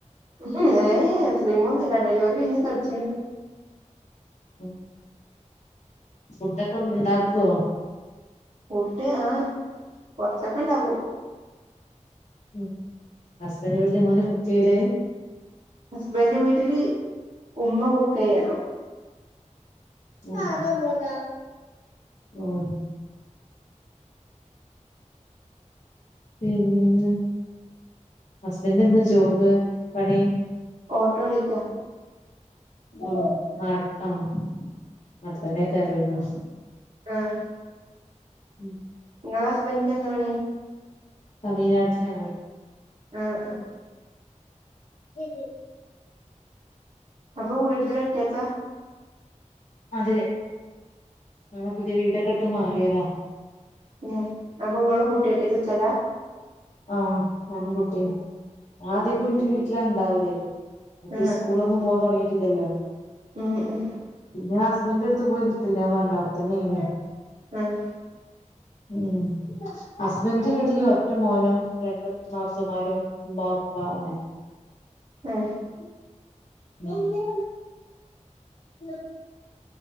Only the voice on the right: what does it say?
<unintelligible> സ്ലിം ഒന്നുല ഡെലിവറി കഴിഞ്ഞ് തടിച്ച് ണ്
ഫുഡ്‌ ആഹ് കൊറച്ചൊക്കെ ഉണ്ടാക്കും.
ഹസ്ബൻഡ് വീട്ടില് ഉമ്മ കുക്കയ്യണം.
ഉം
ഓട്ടോ ഓടിക്ക
ആഹ
നിങ്ങള ഹസ്ബന്ഡ് എന്ത പണി
ആ ആ
അപ്പൊ വീട്ടിൽ ഒറ്റക്ക
ഉം അപ്പെ നിങ്ങളും കുട്ടിഒറ്റക് നിക്കല
ആഹ്
ഉം ഉം
ആഹ
ഉം